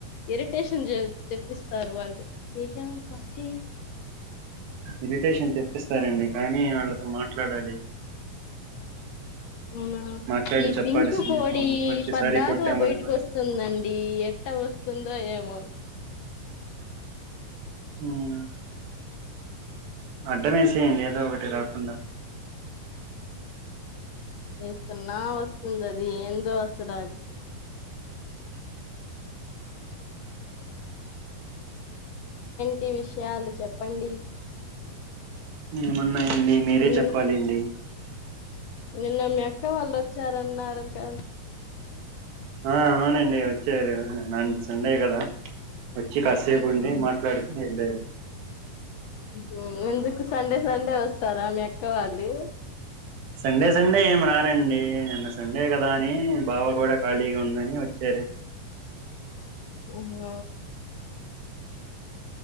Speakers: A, on the left (about 70°); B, on the right (about 85°).
A: ఇరిటేషన్ జే తేప్పిస్తారు వాళ్ళు ఏక్యా వసీ
B: ఇరిటేషన్ తెప్ పిస్తారండి కానీ ఆళ్ళు త మాట్లాడాలి
A: ఊనా.
B: మాట్లాడి
A: ఈ
B: చెప్పాల్సింది
A: పింకు కోడి
B: పాపం ప్రతిసారి
A: పద్దాకలా
B: కొట్టామనుకోండి
A: బయట్కోస్తుందండి. ఎట్ట వస్తుందో ఏమో
B: హ్మ్ అడ్డమేసేయండి ఏదో ఒగటి రాకుండా
A: వెస్తున్నా వస్తుందది ఏందో అసలు అద్ టి విష్యాలు చెప్పండి
B: ఏమన్ న్నాయండి మీరే
A: నిన్
B: చెప్పాలిండి
A: నిన్న మీ అక్క వాళ్ళు వచ్చారన్నారన్ కరణ్
B: ఆ అవునండి వచ్చారు నాన్ సండేగదా. వచ్చి కాసేపు ఉండి
A: ఉహు.
B: మాట్లాడుకుని వెళ్ళారు
A: హ్మ్ ఎందుకు స్ సండే సండే వస్తారా మీ అక్క వాళ్ళి
B: సండే సండే ఏమి రారంండి ఏ నిన్న సండే గదా అనీ బావ గూడా ఖాళీగా ఉండని వచ్చారు
A: ఓహువ